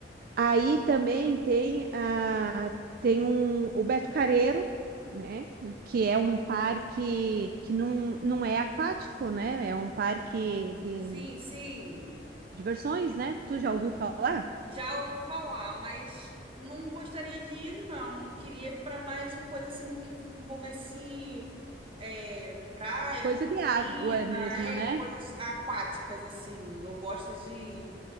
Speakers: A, on the right; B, on the right.
A: Aí também tem, a, tem um, o Beto Carreiro, né? Que é um parque que não, não é aquático, né? É um parque de
B: Sim, sim.
A: diversões, né? Tu já ouviu falar?
B: Já ouvi falar, mas não gostaria de ir, não. Queria ir para mais coisa assim que envolvesse é, praia,
A: Coisa
B: piscina,
A: de água mesmo,
B: é,
A: né?
B: coisas aquáticas, assim. Eu gosto de,